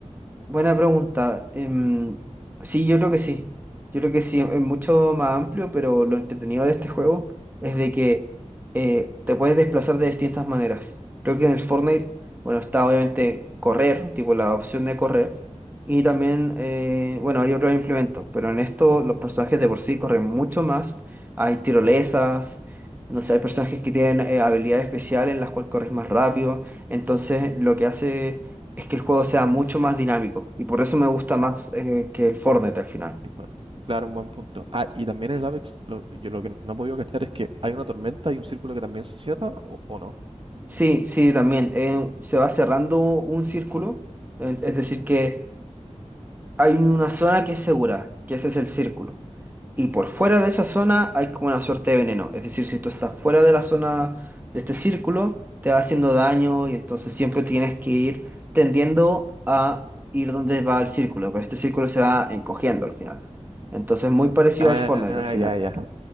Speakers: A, on the right (about 15°); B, on the right (about 45°).
A: Buena pregunta. Em, sí, yo creo que sí. Yo creo que sí, es mucho más amplio, pero lo entretenido de este juego es de que eh, te puedes desplazar de distintas maneras. Creo que en el Fortnite, bueno, está obviamente correr, tipo la opción de correr, y también, eh, bueno, hay otros implementos, pero en esto los personajes de por sí corren mucho más. Hay tirolesas, no sé, hay personajes que tienen eh, habilidades especiales en las cuales corres más rápido. Entonces, lo que hace es que el juego sea mucho más dinámico y por eso me gusta más eh, que el Fortnite al final.
B: Bueno, Claro, un buen punto. Ah, y también en el Apex, lo, yo lo que no he podido cachar es que hay una tormenta y un círculo que también se cierra, ¿o, o no?
A: Sí, sí, también eh, se va cerrando un círculo, eh, es decir, que hay una zona que es segura, que ese es el círculo. Y por fuera de esa zona hay como una suerte de veneno, es decir, si tú estás fuera de la zona de este círculo, te va haciendo daño y entonces siempre tienes que ir tendiendo a ir donde va el círculo, pero este círculo se va encogiendo al final. Entonces, muy parecido
B: Ah,
A: al Fortnite al final.
B: ya, ya.